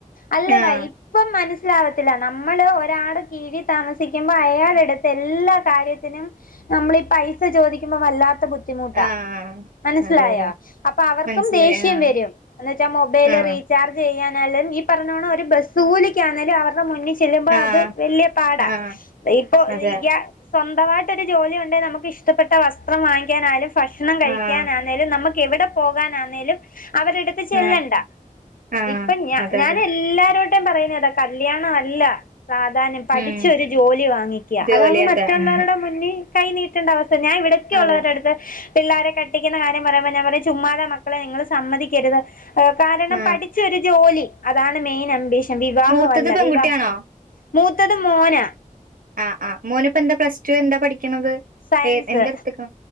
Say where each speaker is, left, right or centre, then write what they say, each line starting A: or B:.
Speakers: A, on the left; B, on the right.
A: അല്ലടാ
B: ആഹ്
A: ഇപ്പം മനസ്സിലാാവത്തില്ല നമ്മള് ഒരാള കീഴ താമസിക്കുമ്പോൾ അയാടെടുത്ത് എല്ലാ കാര്യത്തിനും നമ്മളീ പൈസ ചോദിക്കുമ്പോ വല്ലാത്ത ബുദ്ധി ട്ടാ
B: ആഹ്
A: മനസ്സിലായോ!
B: അതെ അതെ
A: അപ്പൊ അവർക്കും
B: മനസ്സിലായി
A: ദേഷ്യം
B: ആഹ്
A: വരും എന്ന വച്ചാൽ മൊബൈല്
B: ആഹ്
A: റി ചാർജ് ചെയ്യാനാലും ഈ പറഞ്ഞോണം ഒരു ബസ് കൂലിക്ക ആന്നാലും അവരുടെ മുന്നിൽ ചെല്ലുമ്പോ
B: ആഹ്
A: അത് വല്ല്യ പാടാ
B: ആഹ്
A: ഇപ്പൊ <unintelligible>
B: അതെ
A: സ്വന്തമായിട്ടൊരു ജോലി ഉണ്ടെങ്കിൽ നമുക്ക് ഇഷ്ടപ്പെട്ട വസ്ത്രം വാങ്ങിക്കാനായാലും ഭക്ഷണം കഴിക്കാനാലും
B: ആഹ്
A: ലും നമുക്ക് എവിടെ പോകാനാന്നേലും അവരുടുത്ത് ചെല്ലണ്ട
B: ആഹ് ആഹ്
A: ഇപ്പഞ
B: അതെ
A: ഞാൻ
B: അതെ
A: എല്ലാരോട് ത്യം പറയുന്നതാ കല്യാണം അല്ല പ്രാധാന്യം പഠിച്ചൊരു
B: ഉം
A: ജോലി വാങ്ങിക്കുക
B: ജോലി
A: അതാവുമ്പോ മറ്റുള്ളവരുടെ
B: അതെ ആഹ്
A: മുന്നിൽ കൈ നീട്ടേണ്ട അവസ്ഥ ഞാൻ ഇവിടക്കുള്ളള്ളരുടെ
B: അതെ
A: അടുത്ത് പിള്ളാരെ കട്ടിക്കുന്ന കാര്യം പറയുമ്പോൾ ഞാൻ പറയും ചുമ്മാത മക്ക ളെ നിങ്ങൾ സമ്മതിക്കരുത് കാരണം
B: ആഹ്
A: പഠിച്ചരു ജോലി അതാണ് മെയിൻ അംബീഷൻ. വിവാഹല്ല
B: മൂത്തത് പെൺകുട്ടിയാണോ
A: വിവാഹ മൂത്തത് മോന
B: ആഹ് ആഹ് മോനിപ്പ എന്താ പ്ലസ് ടു എന്താ പഠിക്കണുന്നത്
A: സയൻസ്
B: ഏഹ് എന്ത് എടുത്ത്ക്ക്ണ